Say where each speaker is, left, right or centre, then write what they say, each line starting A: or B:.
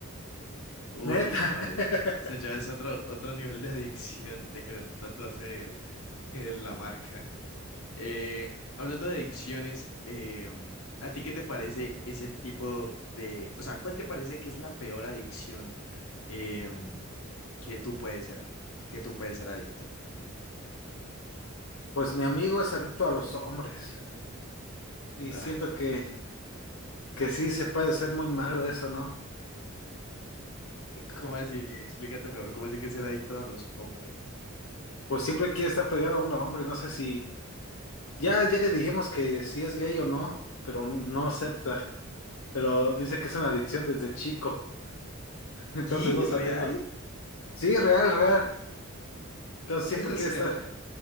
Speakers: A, on the left; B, on the left.
A: Uy,
B: Neta.
A: no, eh,
B: <laughs>
A: o sea, ya es otro, otro nivel de adicción de querer tatuarse el- el- la marca. Eh, hablando de adicciones, eh, ¿a ti qué te parece ese tipo de, o sea, cuál te parece que es la peor adicción eh, que tú puedes ser, que tú puedes ser adicto?
B: Pues mi amigo es adicto a los hombres y
A: Ah,
B: siento que, que sí se puede ser muy malo eso, ¿no?
A: ¿cómo así? Explícate mejor, ¿cómo así que ser adicto a los hombres?
B: Pues siempre quiere estar pegado a un hombre, no sé si, ya, ya le dijimos que si es gay o no, pero no acepta. pero dice que es una adicción desde chico, <laughs> entonces
A: ¿Y
B: no Sí,
A: real?
B: sabemos. Sí, real, real. Entonces siempre
A: <laughs>
B: quiere
A: O sea,
B: estar.